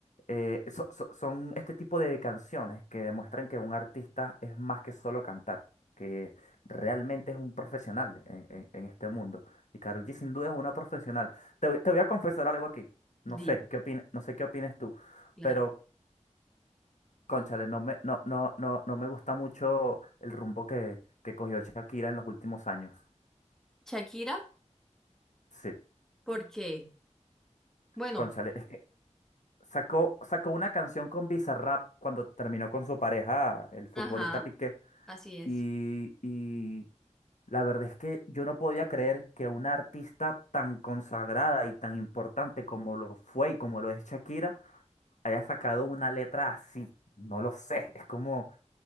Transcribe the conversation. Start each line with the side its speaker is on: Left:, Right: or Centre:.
Left: eh, so- so- son este tipo de canciones que demuestran que un artista es más que solo cantar, que realmente es un profesional en, en- en este mundo. Y Karol G sin duda es una profesional. Te, voy te voy a confesar algo aquí, no
Centre: Dime.
Left: sé qué opine- no sé qué opines tú,
Centre: Claro.
Left: pero cónchale, no me, no, no, no, no me gusta mucho el rumbo que, que cogió Shakira en los últimos años.
Centre: Shakira,
Left: Sí,
Centre: porque, bueno,
Left: cónchale, Sacó, sacó una canción con Bizarrap cuando terminó con su pareja, el futbolista
Centre: ajá,
Left: Piqué.
Centre: así es.
Left: Y, y la verdad es que yo no podía creer que una artista tan consagrada y tan importante como lo fue y como lo es Shakira haya sacado una letra así. No lo sé, es como,